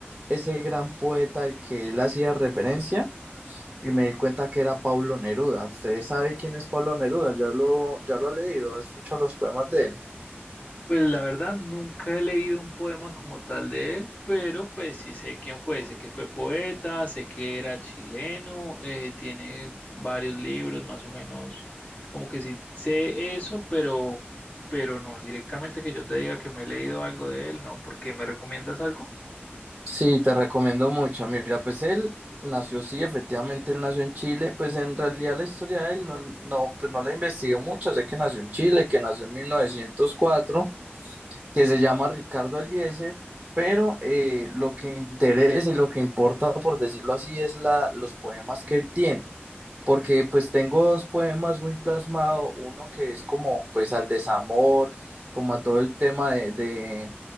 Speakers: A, on the right; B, on the left.
A: ese gran poeta al que él hacía referencia y me di cuenta que era Pablo Neruda. Ustedes saben quién es Pablo Neruda, ya lo, ya lo ha leído, ha escuchado los poemas de él.
B: Pues la verdad nunca he leído un poema como tal de él, pero pues sí sé quién fue, sé que fue poeta, sé que era chileno, eh, tiene varios libros más o menos, como que sí sé eso, pero, pero no, directamente que yo te diga que me he leído algo de él, no, porque me recomiendas algo.
A: Sí, te recomiendo mucho. Mira, pues él nació, sí, efectivamente él nació en Chile, pues en realidad la historia de él no, no, pues no la investigué mucho, sé que nació en Chile, que nació en mil novecientos cuatro que se llama Ricardo Aliezer, pero eh, lo que interesa y lo que importa, por decirlo así, es la, los poemas que él tiene, porque pues tengo dos poemas muy plasmados, uno que es como pues al desamor, como a todo el tema de, de,